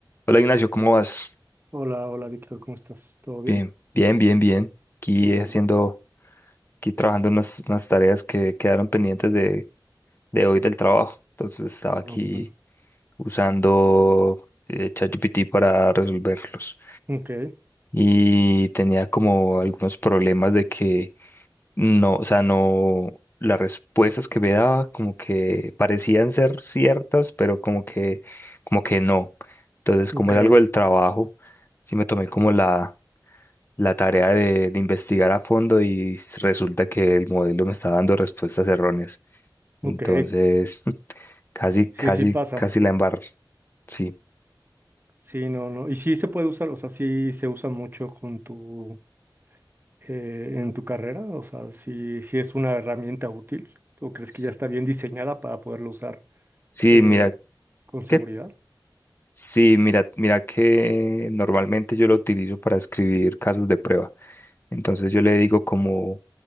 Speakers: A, on the left; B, on the right.
A: Hola Ignacio, ¿cómo vas?
B: Hola, hola Víctor, ¿cómo estás? ¿Todo bien?
A: Bien, bien, bien, bien. Aquí
B: Qué bueno.
A: haciendo, aquí trabajando en unas, unas tareas que quedaron pendientes de, de hoy del trabajo. Entonces estaba
B: Ah,
A: aquí
B: bueno.
A: usando eh, ChatGPT para resolverlos.
B: Ok,
A: Y tenía como algunos problemas de que no, o sea, no, las respuestas que me daba como que parecían ser ciertas, pero como que, como que no. Entonces,
B: ok,
A: como es algo del trabajo, sí me tomé como la la tarea de, de investigar a fondo y s- resulta que el modelo me está dando respuestas erróneas. Entonces,
B: ok.
A: <laughs> casi,
B: Sí,
A: casi,
B: sí pasa.
A: casi la embarro. Sí.
B: Sí, no, no. Y sí se puede usar, o sea, sí se usa mucho con tu, eh, en tu carrera, o sea, sí, sí es una herramienta útil, ¿o crees
A: S-
B: que ya está bien diseñada para poderlo usar
A: Sí,
B: eh,
A: mira,
B: con seguridad.
A: ¿qué? Sí, mira, mira que normalmente yo lo utilizo para escribir casos de prueba. Entonces yo le digo como,